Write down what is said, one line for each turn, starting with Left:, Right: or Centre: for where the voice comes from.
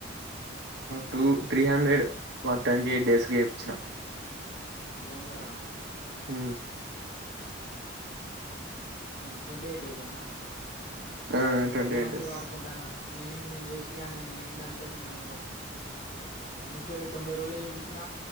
Right: two three hundred one twenty eight days కి ఏపీచిన
Left: త్రీ హండ్రెడ
Right: ఉ
Left: ఇంక ట్వంటీ ఎయిట్ డేస
Right: ఆ ట్వంటీ
Left: నువ్వే
Right: ఎయిట్
Left: మంచి
Right: డేస్
Left: వాడుకుంటాను నేను నేను వేస్ట్గానే నేను ఎందంటే నేను ముప్పై తొంబై రోజుల చేయిపించిన